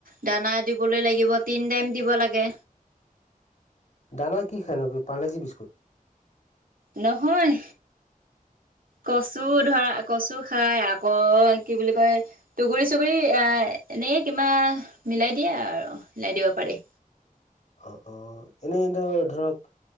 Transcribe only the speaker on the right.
দানা দিবলৈ লাগিব, তিন টাইম দিব লাগে।
নহয়।
কচু ধৰা, কচু খাই আকৌ কি বুলি কয় দুগুৰি- চুগুৰি আহ এনে কিবা মিলাই দিয়ে আৰু মিলাই দিব পাৰি।